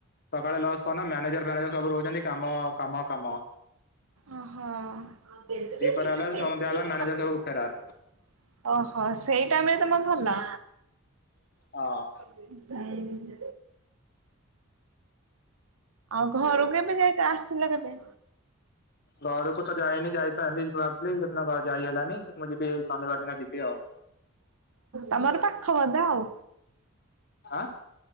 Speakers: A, on the left; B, on the right.
A: ସକାଳେ ଲସ୍ କଣ ନା ମ୍ୟାନେଜର୍ ଫ୍ୟାନେଜର୍ ସବୁ ରହୁଛନ୍ତି କାମ କାମ କାମ
B: ଓ ହଁ। <unintelligible>
A: ଦିପରେ ହେଲା ସନ୍ଧ୍ୟା ହେଲା ମ୍ୟାନେଜର ସବୁ ଫେରାର
B: ଓହୋ ସେଇ ଟାଇମ୍ ରେ ତମ ଭଲ।
A: ହଁ।
B: ହୁଁ। ଆଉ ଘରୁ କେବେ ଯାଇକି ଆସିଲା କେବେ?
A: ଘରକୁ ତ ଯାଇନି ଯାଇଥାନ୍ତି ଭାବୁଥିଲି ସେଦିନ ଘରୁ ଯାଇ ହେଲାନି। ମୁଁ ଯିବି ଶନିବାର ଦିନ ଯିବି ଆଉ
B: ତମର ପାଖ ବଧେ ଆଉ।
A: ଆଁ?